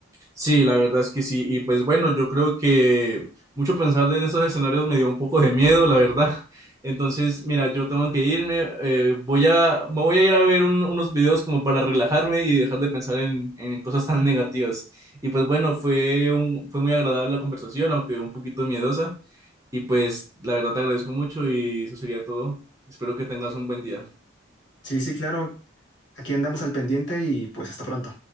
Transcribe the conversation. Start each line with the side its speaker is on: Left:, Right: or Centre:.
Right: Sí, la verdad es que sí. Y pues bueno, yo creo que mucho pensar en esos escenarios me dio un poco de miedo, la verdad. <laughs> Entonces, mira, yo tengo que irme. eh, voy a, me voy a ir a ver un- unos videos como para relajarme y dejar de pensar en, en cosas tan negativas. Y pues bueno, fue un, fue muy agradable la conversación, aunque un poquito miedosa. Y pues la verdad te agradezco mucho y eso sería todo. Espero que tengas un buen día.
Left: Sí, sí, claro, aquí andamos al pendiente y pues hasta pronto.